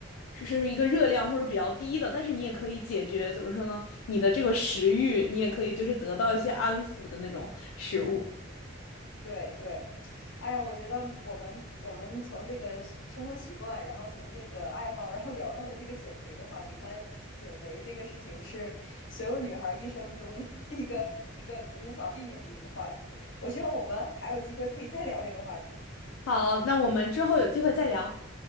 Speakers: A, on the left; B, on the left.
A: 是是一个热量或者比较低的，但是你也可以解决怎么说呢，你的这个食欲，你也可以就是得到一些安抚的那种食物。
B: 对对，哎呀，我觉得我们我们从这个是生活习惯，然后从这个爱好，然后聊到了这个减肥的话题。看来减肥这个事情是所有女孩儿一生中 <laughs> 一个一个无法避免的一个话题。我希望我们还有机会可以再聊这个话题。
A: 好，那我们之后有机会再聊。